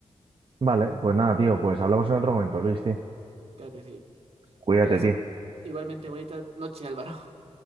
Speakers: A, on the right; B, on the right.
A: Vale, pues nada, tío, pues hablamos en otro momento, Luis, tío.
B: Claro que sí.
A: Cuídate,
B: Tengas
A: tío.
B: igualmente bonita noche, Álvaro.